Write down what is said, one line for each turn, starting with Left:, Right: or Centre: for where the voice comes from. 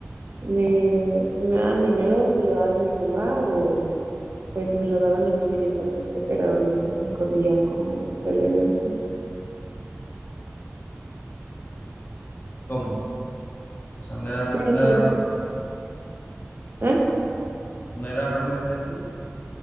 Right: Me, si me daban dinero, se lo daban a mi mamá o pues me lo daban a mí directamente, pero nunca se escondían como suele verse.
Left: ¿Cómo? O sea, no era,
Right: Sí, o
Left: no era,
Right: sea,
Left: raro-
Right: ¿eh?
Left: no era realmente así.